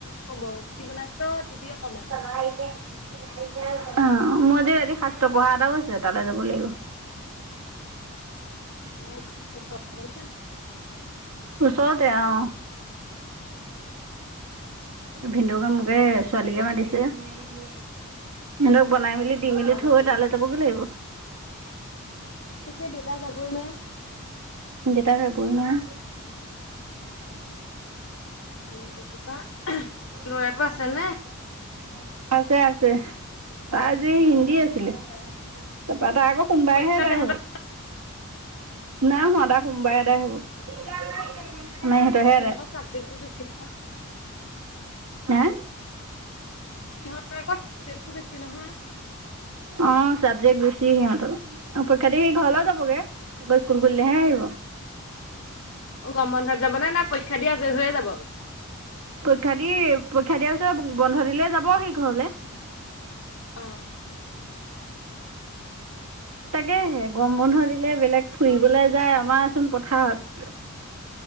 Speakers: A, on the left; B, on the right.
A: কব কি বনাইছ দিবি অকমান।
B: <unintelligible> অ মই যে ৰাতি শাস্ত্ৰ পঢ়া এটাও আছে তালৈ যাব লাগিব।
A: <unintelligible>
B: ওচৰতে অঁ। ভিন্দুকা- এ ছোৱালীকে মাতিছে। সিহঁতক বনাই মেলি দি
A: দেউতা
B: মেলি
A: যাবই
B: থৈ তালে
A: নোৱাৰে
B: যাবগে লাগিব।
A: তেতিয়া দেউতা যাবই ন।
B: দেতা জাবই নহয়।
A: এইটো
B: <inaudible>
A: কি কয় ল'ৰাটো আছে নে
B: আছে আছে তাৰ আজি হিন্দী আছিলে তাৰপা তাই আকৌ সোমবাৰে
A: পৰীক্ষা
B: হে এদাই
A: তেহেঁতৰ
B: হব। নাই হোৱা তাৰ সোমবাৰে এদাই হ'ব। আমাৰ ইহঁতৰহে
A: সিহঁতৰ
B: আদায়।
A: চাবজেক্টবোৰ বেছি নহয়।
B: হেঁ?
A: ইহঁতৰ আকৌ চাবজেক্ট একো বেছি নহয়।
B: অ চাবজেক্ট বেছি সিহঁতৰ। পৰীক্ষা দি সি ঘৰলৈ যাবগে। ব স্কুল খুলিলেহে আহিব।
A: অ গৰম বন্ধত যাব নে না পৰীক্ষা দি আজয়ী হৈয়ে যাব।
B: পৰীক্ষা দি। পৰীক্ষা দিয়াৰ পিছত বন্ধ দিলে যাব সি ঘৰলে।
A: অহ।
B: তাকেহে গৰম বন্ধ দিলে বেলেগ ফুৰিবলৈ যায় আমাৰচোন পথাৰত